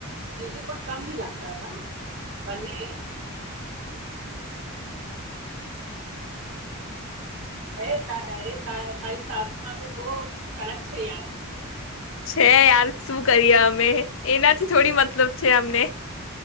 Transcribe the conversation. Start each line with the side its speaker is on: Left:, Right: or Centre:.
Right: જીજુ પણ કમ નહી લાગતા હતા બંને એ ત એ તારી સાસુમાં તો બહ કળક છે યાર
Left: છે યાર શું કરીએ અમે એનાથી થોડી મતલબ છે અમને